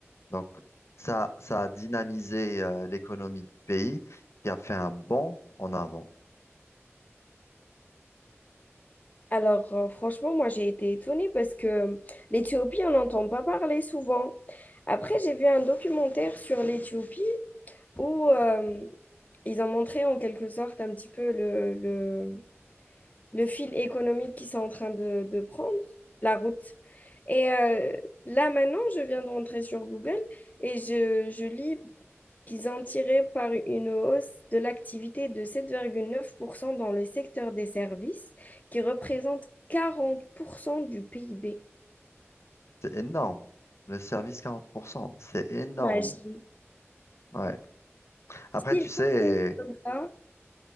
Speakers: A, on the left; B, on the left.
A: Donc, ça, ça a dynamisé euh, l'économie du pays qui a fait un bond en avant.
B: Alors, euh, franchement, moi, j'ai été étonnée parce que l'Éthiopie, on n'entend pas parler souvent. Après, j'ai vu un documentaire sur l'Éthiopie où euh, ils ont montré en quelque sorte un petit peu le, le, le fil économique qu'ils sont en train de, de prendre, la route Et euh, là, maintenant, je viens de rentrer sur Google et je, je lis qu'ils ont tiré par une hausse de l'activité de sept virgule neuf pour cent dans le secteur des services, qui représente 40% du PIB.
A: C'est énorme. Le service 40%, c'est énorme.
B: Imagine.
A: Ouais. Après,
B: S'ils
A: tu sais,
B: continuent comme ça,